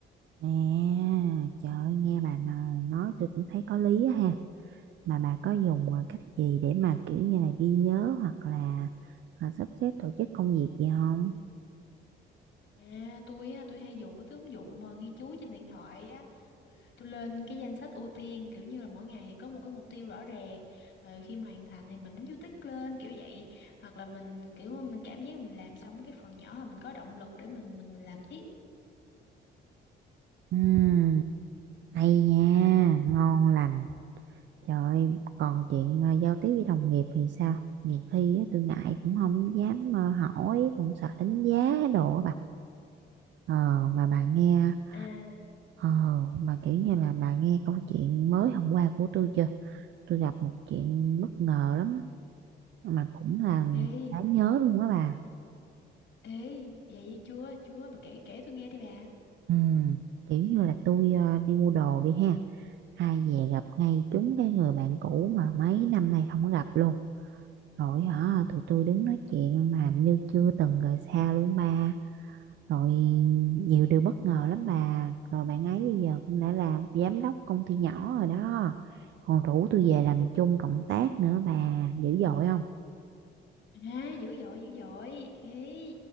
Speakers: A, on the right (about 65°); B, on the left (about 70°).
A: À, trời ơi, nghe bà nà- nói tôi cũng thấy có lý á ha. Mà bà có dùng à, cách gì để mà kiểu như là ghi nhớ hoặc là à, sắp xếp tổ chức công việc gì không?
B: À, tôi á, tôi hay dùng mấy cái ứng dụng mà ghi chú trên điện thoại á, tôi lên cái danh sách ưu tiên kiểu như là mỗi ngày thì có một cái mục tiêu rõ ràng, rồi khi mà hoàn thành thì mình đánh dấu tích lên kiểu vậy, hoặc là mình kiểu mình cảm giác mình làm xong cái phần nhỏ thì mình có động lực để mình mình mình làm tiếp.
A: Ừm, hay nha, ngon lành. Trời ơi, còn chuyện à, giao tiếp với đồng nghiệp thì sao? Nhiều khi á, tôi ngại cũng không dám à, hỏi, cũng sợ đánh giá đồ á bà. Ờ, mà bà nghe,
B: À,
A: ờ, mà kiểu như là bà nghe câu chuyện mới hôm qua của tôi chưa? tôi gặp một chuyện bất ngờ lắm á mà cũng là
B: Ê,
A: đáng nhớ luôn á bà
B: ê, vậy chưa, chưa, bà kể kể tôi nghe đi bà.
A: ừ, kiểu như là tôi ờ, đi mua đồ đi ha ai về gặp ngay trúng cái người bạn cũ mà mấy năm nay không có gặp luôn rồi hả tụi tôi đứng nói chuyện mà như chưa từng rời xa luôn ba rồi nhiều điều bất ngờ lắm bà rồi bạn ấy bây giờ cũng đã làm giám đốc công ty nhỏ rồi đó còn rủ tôi về làm chung cộng tác nữa bà dữ dội không
B: À, dữ dội, dữ dội, ê,